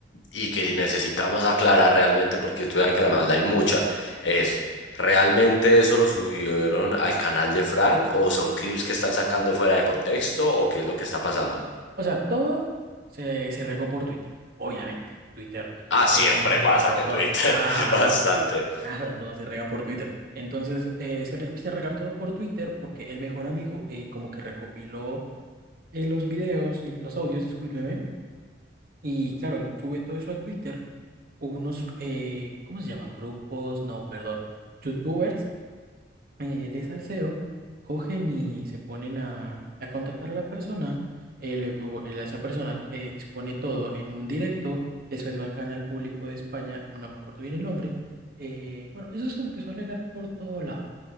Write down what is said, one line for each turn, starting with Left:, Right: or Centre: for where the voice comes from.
Left: y que necesitamos aclarar realmente, porque tú sabes que la maldad hay mucha, es, ¿realmente eso lo subieron al canal de Frank o son clips que están sacando fuera de contexto o qué es lo que está pasando?
Right: O sea, todo se, se regó por Twitter, obviamente. Twitter
Left: Ah, siempre
Right: eh, se rega
Left: pasa
Right: por
Left: que
Right: todo.
Left: Twitter,
Right: Claro,
Left: <laughs> bastante.
Right: claro, todo se rega por Twitter. Entonces, eh, se re- empieza a regar todo por Twitter porque el mejor amigo eh, como que recopiló eh, los videos y los audios, discúlpeme. Y claro, él sube todo eso a Twitter. Hubo unos, eh, ¿cómo se llaman? Grupos, no, perdón, YouTubers eh, de salseo, cogen y se ponen a, a contactar a la persona, eh, luego eh, esa persona eh, expone todo en un directo, después va al canal público de España, no me acuerdo bien el nombre, eh, bueno, eso se empezó a regar por todo lado,